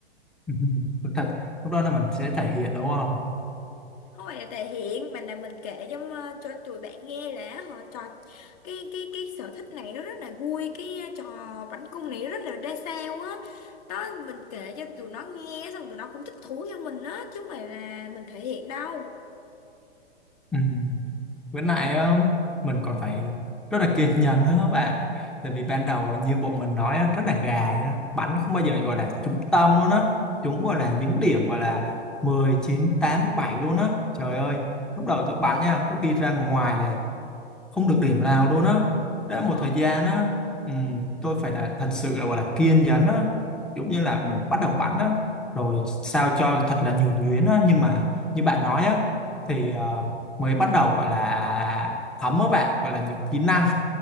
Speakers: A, in the centre; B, on the left (about 35°).
A: <laughs> Ừ, thật lúc đó là mình sẽ thể hiện đúng không
B: không phải là thể hiện mà là mình kể cho ờ, cho tụi bạn nghe là họ trò cái cái cái sở thích này nó rất là vui cái ờ, trò bắn cung này rất là ra sao á đó mình kể cho tụi nó nghe xong tụi nó cũng thích thú theo mình á chứ không phải là mình thể hiện đâu
A: ừ. với lại ờ, mình còn phải rất là kiên nhẫn nữa các bạn tại vì ban đầu như bộ mình nói á, rất là gà nha bắn không bao giờ gọi là trúng tâm luôn á chúng gọi là những điểm gọi là mười chín 8 7 luôn á trời ơi lúc đầu tôi bắn nha có khi ra ngoài này không được điểm nào luôn á đã
B: đúng
A: một
B: rồi
A: thời gian á ừm, tôi phải là thật sự là gọi là kiên nhẫn á giống như là mình bắt đầu bắn á rồi sao cho thật là nhuần nhuyễn á nhưng mà như bạn nói á thì ờ, mới bắt đầu gọi là thấm á bạn gọi là những kỹ năng